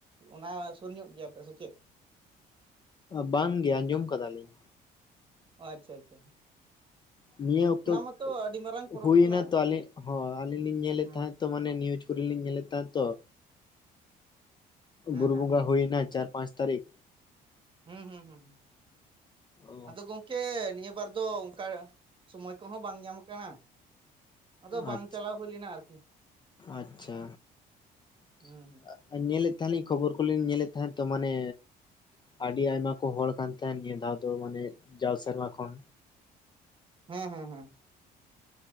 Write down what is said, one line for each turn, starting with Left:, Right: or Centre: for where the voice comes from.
Right: ᱚᱱᱟ ᱥᱩᱨ ᱧᱚᱜ ᱜᱮᱭᱟ ᱯᱮ ᱥᱮ ᱪᱮᱫ?
Left: ᱵᱟᱝ ᱜᱮ ᱟᱸᱡᱚᱢ ᱟᱠᱟᱫᱟ ᱞᱤᱧ
Right: ᱚ ᱟᱪᱪ ᱟᱪᱷᱟ᱾
Left: ᱱᱤᱭᱟᱹ ᱚᱠᱛᱚ
Right: ᱢᱟᱛᱚ ᱟᱹᱰᱤ ᱢᱟᱨᱟᱝ ᱯᱚᱨᱚᱵᱽ
Left: ᱦᱩᱭᱮᱱᱟ
Right: ᱠᱟᱱᱟ
Left: ᱛᱚ ᱟᱹᱞᱤᱧ ᱦᱚᱸ ᱟᱹᱞᱤᱧ ᱞᱤᱧ ᱧᱮᱞᱮᱫ
Right: ᱦᱮᱸ
Left: ᱛᱟᱦᱮᱸᱫ ᱛᱚ ᱢᱟᱱᱮ ᱱᱤᱭᱩᱡᱽ ᱠᱚᱨᱮ ᱞᱤᱧ ᱧᱮᱞᱮᱫ ᱛᱟᱦᱮᱸ ᱛᱚ
Right: ᱦᱮᱸ
Left: ᱵᱩᱨᱩ
Right: ᱦᱮᱸ
Left: ᱵᱚᱸᱜᱟ
Right: ᱦᱮᱸ
Left: ᱦᱩᱭᱱᱟ ᱪᱟᱨ ᱯᱟᱸᱪ ᱛᱟᱹᱨᱤᱠᱷ
Right: ᱦᱩᱸ ᱦᱩᱸ ᱦᱩᱸ
Left: ᱚ
Right: ᱟᱫᱚ ᱜᱚᱝᱠᱮ ᱱᱤᱭᱟᱹ ᱵᱟᱨ ᱫᱚ ᱚᱠᱟ ᱥᱚᱢᱚᱭ ᱠᱚ ᱦᱚᱸ ᱵᱟᱝ ᱧᱟᱢ ᱠᱟᱱᱟ ᱟᱫᱚ ᱵᱟᱝ
Left: ᱟᱪᱪᱷᱟ
Right: ᱪᱟᱞᱟᱣ ᱦᱩᱭ ᱞᱮᱱᱟ ᱟᱨᱠᱤ
Left: ᱟᱪᱪᱷᱟ <inaudible>
Right: ᱦᱩᱸ ᱦᱩᱸ
Left: ᱟᱨ ᱧᱮᱞᱮᱫ ᱛᱟᱦᱮᱱ ᱟᱞᱤᱧ ᱠᱷᱚᱵᱚᱨ ᱠᱚᱞᱤᱧ ᱧᱮᱞᱮᱫ ᱛᱟᱦᱮᱸᱫ ᱛᱚ ᱢᱟᱱᱮ ᱟᱹᱰᱤ ᱟᱭᱢᱟ ᱠᱚ ᱦᱚᱲ ᱠᱟᱱᱛᱱ ᱱᱤᱭᱟᱹ ᱫᱷᱟᱣ ᱫᱚ ᱢᱟᱱᱮ ᱡᱟᱣ ᱥᱮᱨᱢᱟ ᱠᱷᱚᱱ
Right: ᱦᱮᱸ ᱦᱮᱸ ᱦᱮᱸ